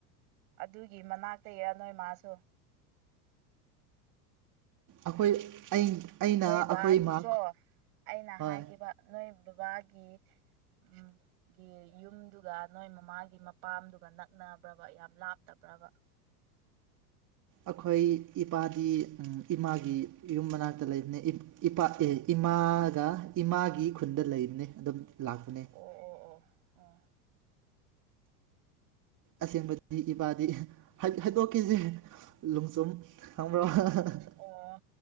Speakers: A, on the right; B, on the right.
A: ꯑꯗꯨꯒꯤ ꯃꯅꯥꯛꯇꯩꯔ ꯅꯣꯏ ꯃꯥꯁꯨ
B: ꯑꯩꯈꯣꯏ ꯑꯩ ꯑꯩꯅ
A: ꯅꯣꯏ
B: ꯑꯩꯈꯣꯏ
A: ꯕꯥꯒꯤꯀꯣ
B: ꯏꯃꯥ
A: ꯑꯩꯅ
B: ꯍꯣꯏ
A: ꯍꯥꯏꯒꯦꯕ ꯅꯣꯏ ꯕꯥꯕꯥꯒꯤ ꯎꯝ ꯒꯤ ꯌꯨꯝꯗꯨꯒ ꯅꯣꯏ ꯃꯃꯥꯒꯤ ꯃꯄꯥꯝꯗꯨꯒ ꯅꯛꯅꯕ꯭ꯔꯥꯕ ꯌꯥꯝ ꯂꯥꯞꯇꯕ ꯄ꯭ꯔꯥꯕ
B: ꯑꯩꯈꯣꯏ ꯏꯄꯥꯗꯤ ꯏꯃꯥꯒꯤ ꯌꯨꯝ ꯃꯅꯥꯛꯇ ꯂꯩꯕꯅꯦ ꯏꯄꯥ ꯏ ꯏꯃꯥꯒ ꯏꯃꯥꯒꯤ ꯈꯨꯟꯗ ꯂꯩꯕꯅꯤ ꯑꯗꯨꯝ ꯂꯥꯛꯄꯅꯦ
A: ꯑꯣ ꯑꯣ ꯑꯣ ꯑꯣ
B: ꯑꯁꯦꯡꯕꯗꯤ ꯏꯃꯥꯗꯤ ꯍꯥꯏ ꯍꯥꯏꯗꯣꯛꯀꯦꯁꯦ ꯂꯣꯡꯆꯨꯝ ꯈꯪꯕ꯭ꯔꯣ ꯑꯥ
A: ꯑꯣ